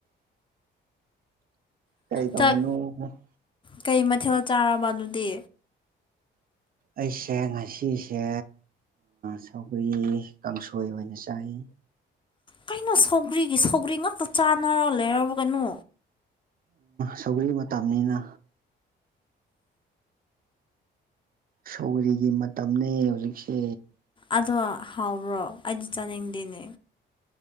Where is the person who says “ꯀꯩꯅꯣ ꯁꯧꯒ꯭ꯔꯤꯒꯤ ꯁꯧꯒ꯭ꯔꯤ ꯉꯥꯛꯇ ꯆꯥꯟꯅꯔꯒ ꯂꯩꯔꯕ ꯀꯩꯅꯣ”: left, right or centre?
Left